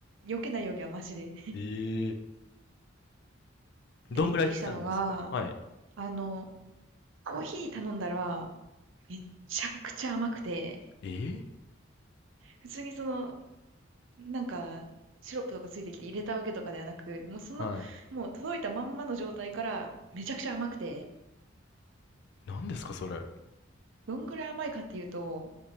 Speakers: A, on the right; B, on the left.
A: 避けないよりはマシで。
B: ええーどんぐらい行ってたんですかはい。
A: で、びっくりしたのが、あの、コーヒー頼んだら、めちゃくちゃ甘くて、
B: ええ
A: 普通にその、なんか、シロップとかついてきて入れたわけとかではなく、もうその、
B: ーはい。
A: もう届いたまんまの状態から、めちゃくちゃ甘くて、
B: 何ですかそれ。
A: どんぐらい甘いかっていうと、